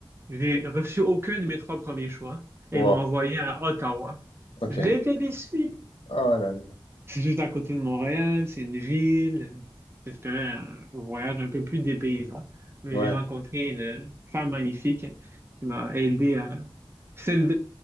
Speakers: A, on the right; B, on the left.
A: J'ai reçu aucun de mes trois premiers choix et
B: Wow,
A: ils m'ont envoyé à Ottawa.
B: ok.
A: Je l'ai été déçu.
B: Oh là là.
A: C'est juste à côté de Montréal, c'est une ville. J'espérais un voyage un peu plus dépaysant. Mais
B: Ouais.
A: j'ai rencontré une femme magnifique qui m'a aidé à... c'est une-